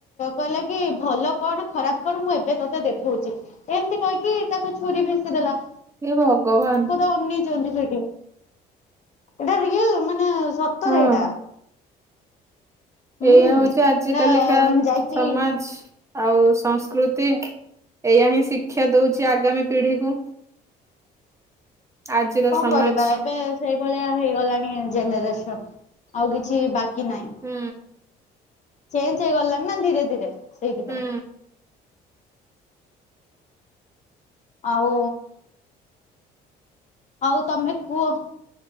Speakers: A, on the left; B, on the right.
A: କହିଲା କି ଭଲ କଣ ଖରାପ କଣ ମୁଁ ଏବେ ତତେ ଦେଖଉଚି। ଏମ୍ତି କହିକି ତାକୁ ଛୁରୀ ଭିସିଦେଲା।
B: ଏ ଭଗବାନ୍।
A: <unintelligible> ଅନେଇଚନ୍ତି ସେଠି, ଏଇଟା ରଏଲ୍ ମାନେ ସତରେ
B: ହଁ
A: ଏଇଟା। ହୁଁ
B: ଏଇଆ ହଉଛି ଆଜି
A: ଏଇଟା
B: କାଲିକା
A: ଯାଇକି
B: ସମାଜ୍। ଆଉ ସଂସ୍କୃତି ଏଇଆ ହିଁ ଶିକ୍ଷା ଦଉଚି ଆଗାମୀ ପିଢିକୁ। ଆଜିର
A: କଣ
B: ସମାଜ
A: କରିବା, ଏବେ ସେଇଭଳିଆ ହେଇଗଲାଣି ଜେନେରେସନ୍ ଆଉ କିଛି ବାକି ନାହିଁ।
B: ହୁଁ।
A: ଚେଞ୍ଜ ହେଇଗଲଣି ନା ଧୀରେ-ଧୀରେ ସେଇଥିପାଇଁ।
B: ହୁଁ
A: ଆଉ ଆଉ ତମେ କୁହ।